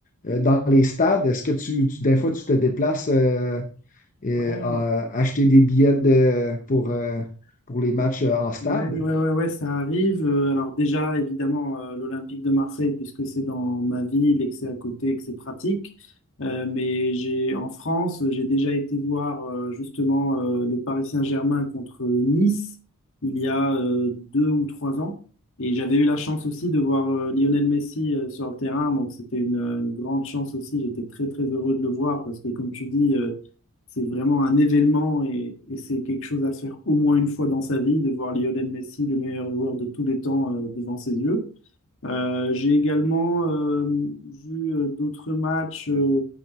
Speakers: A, on the left; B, on the left.
A: euh, dans les stades. Est-ce que tu, tu- des fois, tu te déplaces euh, et,
B: Ouais,
A: euh, acheter des billets de- pour, euh, pour les matchs euh, en stade?
B: ouais, ouais, ouais, ouais, ça arrive. Euh, alors déjà, évidemment, euh, l'Olympique de Marseille, puisque c'est dans ma ville et que c'est à côté et que c'est pratique. Euh, mais j'ai en France, j'ai déjà été voir euh, justement euh, le Paris Saint-Germain contre Nice il y a euh, deux ou trois ans. Et j'avais eu la chance aussi de voir euh, Lionel Messi euh, sur le terrain. Donc c'était une, une grande chance aussi. J'étais très très heureux de le voir parce que comme tu dis, euh, C'est vraiment un événement et, et c'est quelque chose à faire au moins une fois dans sa vie, de voir Lionel Messi, le meilleur joueur de tous les temps, euh, devant ses yeux. Euh, j'ai également euh, vu euh, d'autres matchs. euh,